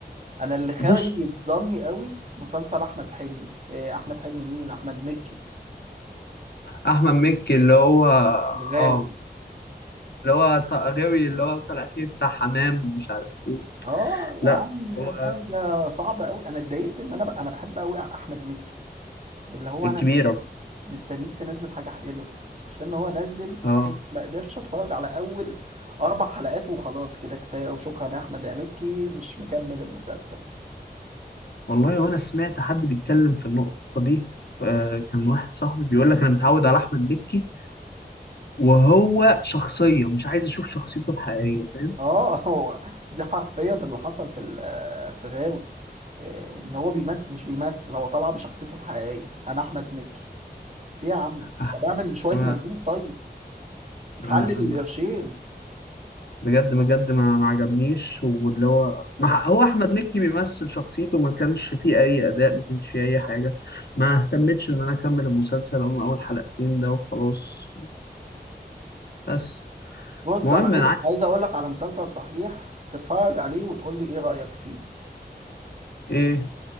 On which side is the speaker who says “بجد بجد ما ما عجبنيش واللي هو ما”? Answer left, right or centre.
Left